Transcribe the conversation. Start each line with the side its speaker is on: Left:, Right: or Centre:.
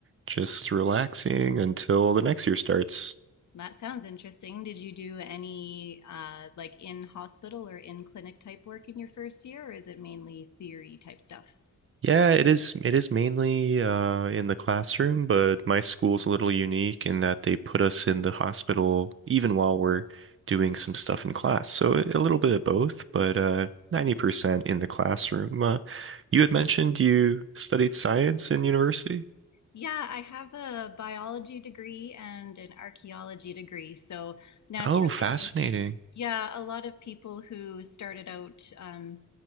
Right: just relaxing until the next year starts.
Left: that sounds interesting. Did you do any uh, like in hospital or in clinic type work in your first year, or is it mainly theory type stuff?
Right: Yeah, it is it is mainly uh in the classroom, but my school's a little unique in that they put us in the hospital even while we're doing some stuff in class. So a little bit of both, but uh 90% in the classroom. Uh, you had mentioned you studied science in university?
Left: Yeah, I have a biology degree and an archaeology degree. So naturally,
Right: Oh, fascinating.
Left: Yeah, a lot of people who started out um,